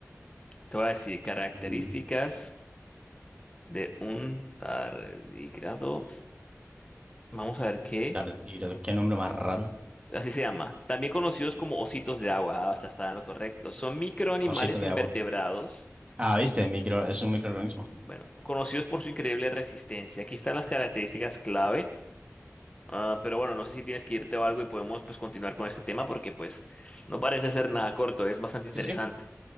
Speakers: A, on the left; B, on the right.
A: Te voy a decir características
B: Mm,
A: de un tardígrado. Vamos a ver qué.
B: Tardigrado, qué nombre más raro.
A: Así se llama. También conocidos como ositos de agua. Hasta está en lo correcto. Son microanimales
B: Osito de
A: invertebrados.
B: agua. Ah, viste, micro, es un microorganismo.
A: Bueno, conocidos por su increíble resistencia. Aquí están las características clave. Ah, pero bueno, no sé si tienes que irte o algo y podemos pues continuar con este tema porque pues no parece ser nada corto, es bastante interesante.
B: Sí, sí.